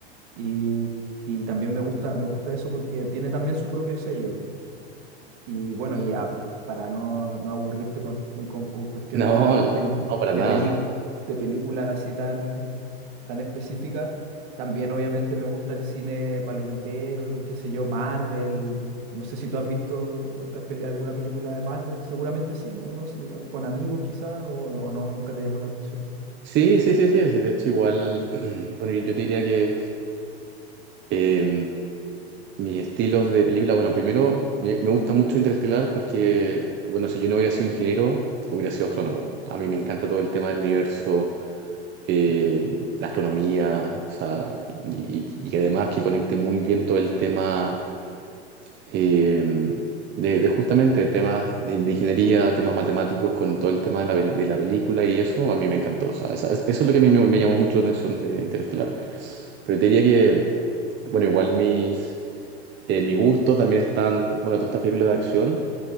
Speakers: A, on the right; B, on the right.
A: Y, y también me gusta, me gusta eso porque tiene también su propio sello. Y bueno, y a- para no, no aburrirte con, con cu- cuestiones
B: ¿No
A: tan
B: No,
A: de, peli-
B: no, para
A: de,
B: nada.
A: pelicu- de películas así tan, tan específicas, también obviamente me gusta el cine palomitero, qué sé yo, Marvel. No sé si tú has visto las peli- alguna película de Marvel, seguramente sí, o no, sé, con amigos quizás, o, o no, nunca te llamó la atención.
B: Sí, sí, sí, sí, sí, de hecho igual, <clears throat> bueno, yo yo te diría que... Eh, mis estilos de película, bueno, primero me, me gusta mucho Interestelar porque, bueno, si yo no hubiera sido ingeniero, hubiera sido astrónomo. A mí me encanta todo el tema del universo, eh, la astronomía, o sea, y, y- y además que conecte muy bien todo el tema eh, de, de justamente temas de, de ingeniería, temas matemáticos con todo el tema de la, pel- de la película y eso, a mí me encantó. O sea, esa- eso es lo que a mí me, me llamó mucho la atención de Interestelar. Pero te diría que, bueno, igual mis eh, mi gusto. También están, bueno, todas estas películas de acción.